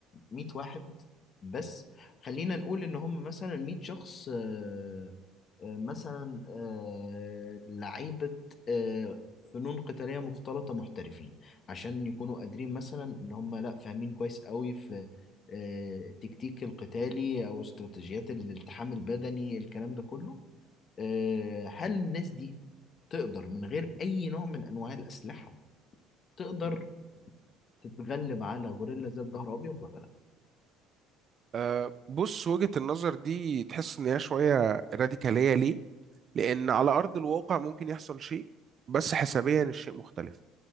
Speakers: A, on the left; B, on the right.
A: 100 واحد بس خلينا نقول ان هم مثلا 100 شخص آه، آه، مثلا آه، لعيبة آه، فنون قتالية مختلطة محترفين عشان يكونوا قادرين مثلا ان هم لا فاهمين كويس قوي في آه، التكتيك القتالي او استراتيجيات الالتحام البدني الكلام ده كله آه، هل الناس دي تقدر من غير اي نوع من انواع الاسلحة تقدر تتغلب على غوريلا ذات ظهر ابيض ولا لا
B: أه بص وجهة النظر دي تحس إن هي شوية راديكالية ليه؟ لأن على أرض الواقع ممكن يحصل شيء بس حسابيا الشيء مختلف